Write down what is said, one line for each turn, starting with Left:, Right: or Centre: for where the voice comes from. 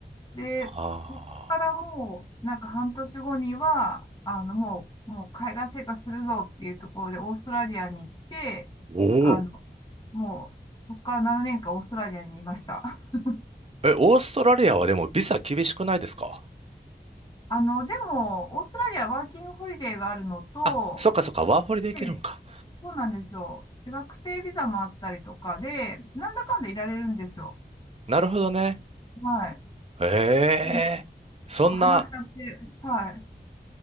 Left: で、
Right: ああ。
Left: そこからもう、なんか半年後には、あの、もう、もう海外生活するぞっていうところでオーストラリアに行って、
Right: おお。
Left: あの、もう、そこから7年間オーストラリアにいました。<laughs>
Right: え、オーストラリアはでもビザ厳しくないですか
Left: あの、でも、オーストラリアはワーキングホリデーがあるのと、
Right: あ、そっかそっか、ワーホリで行けるんか。
Left: でそうなんですよ。で学生ビザもあったりとかで、なんだかんだいられるんですよ。
Right: なるほどね。
Left: はい。
Right: へえ。
Left: うん
Right: そんな、
Left: そう、ハマっちゃって、はい。